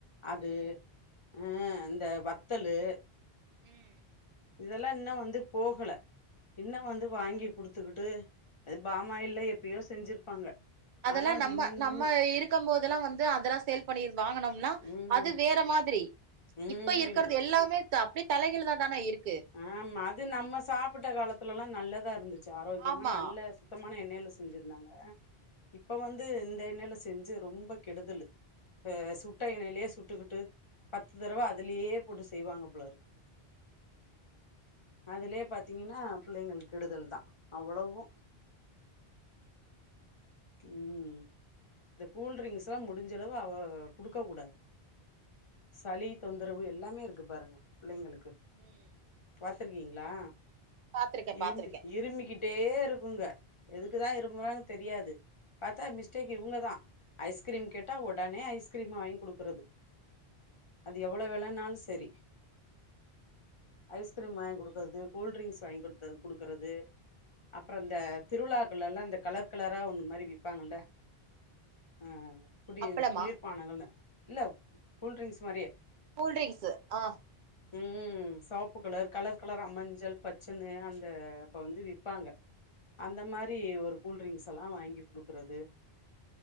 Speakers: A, on the left; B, on the right.
A: அது
B: ம்
A: உம் அந்த வத்தலு
B: உம்
A: இதெல்லா இன்னு வந்து போகல இன்னு வந்து வாங்கி குடுத்துக்குட்டு அது பாமாயில்ல எப்பயோ செஞ்சிருப்பாங்க
B: அதெல்லா
A: ஆனா அது
B: நம்ம
A: இன்னமு
B: நம்ம இருக்கு போதெல்லா வந்து அததெல்லா சேல் பண்ணிர் வாங்குனோம்னா
A: ம்
B: அது வேற மாதிரி
A: ம்
B: இப்ப இருக்கறது எல்லாமே அப்டி தலைகிள் தா தானே இருக்
A: ஆஹ் அது நம்ம சாப்புட்ட காலத்துல எல்லா நல்லதா இருந்துச்சு ஆரோக்கியமா
B: ஆமா
A: நல்ல சுத்தமா மான எண்ணெயில செஞ்சிருந்தாங்க இப்ப வந்து இந்த எண்ணெயில செஞ்சு ரொம்ப கெடுதல் ஹ சுட்ட எண்ணைலே சுட்டுக்கிட்டு பத்து தடவ அதுலேயே போட்டு செய்வாங்க போல இருக்கு அதுலே பாத்தீங்கன்னா பிள்ளைங்ளுக்கு கெடுதல் தா அவ்ளோவு உம் இந்த கூல்ரிங்க்ஸ் எல்லா முடிஞ்சளவு அவ குடுக்க கூடாது சளி தொந்தரவு எல்லாமே இருக்கு பாருங்க பிள்ளைங்களுக்
B: ம்
A: பாத்துருக்கீங் ல்லா
B: பாத்திருக்கே பாத்திருக்கே
A: இரும்பி இரும்பிக்கிட்டே இருக்குங்க எதுக்கு தா இரும்றாங்னு தெரியாது பாத்தா மிஸ்டேக் இவ்ங்கதா ஐஸ்கிரீம் கேட்டா உடனே ஐஸ்கிரீம் வாங்கி குடுக்கறது அது எவ்ளோ வேலனாலு செரி ஐஸ்கிரீம் வாங்கி குடுக்கறது கூல் ட்ரிங்க்ஸ் வாங்கி குடுத் குடுக்கறது அப்றோ இந்த
B: ம்
A: திருவிழாக் ல்லா அந்த கலர் கலரா ஒண்ணு மாரி விப்பாங்கள ஹம் குடிய
B: அப்பளமா
A: குளிர்பானங்கள்ல இல்ல கூல்ட்ரிங்க்ஸ் மாரியே
B: கூல்ட்ரிங்க்ஸு ஆஹ்
A: உம் சவப்பு கலர் கலர் கலரா மஞ்சள் பச்சன்னு அந்த அப்ப வந்து விப்பாங்க அந்த மாரி ஒரு கூல்ட்ரிங்க்ஸ் எல்லா வாங்கி டுக்கறது